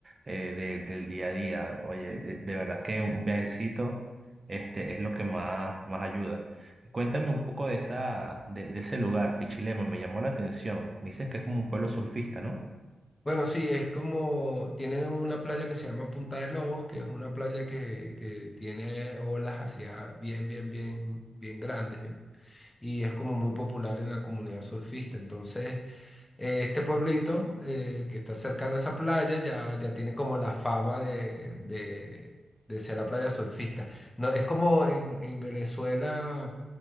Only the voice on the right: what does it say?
eh, de- del día a día. Oye, eh, de verdad que un viajecito, este, es lo que más, más ayuda. Cuéntame un poco de esa, de, de ese lugar, Pichilemu, me llamó la atención. Me dices que es como un pueblo surfista, ¿no?